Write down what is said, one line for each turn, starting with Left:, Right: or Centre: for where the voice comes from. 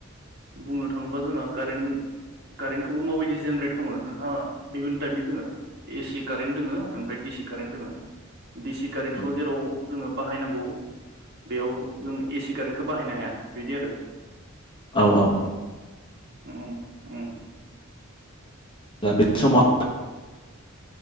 Right: बुंनो थाङोबा जोंहा कारेन्ट कारेन्टखौबो माबायदि जेनेरेट खालामो नोंहा बिहुन टाइपनि दोङो एसि कारेन्ट दोङो ओमफ्राय डिसि कारेन्ट दोङ दिसि कारेन्टखौ
Left: उम
Right: जेराव जोङो बाहायनांगौ बेयाव जों एसि कारेन्टखौ बाहायनो हाया बिदि आरो
Left: औ औ
Right: औ औ
Left: बे समाव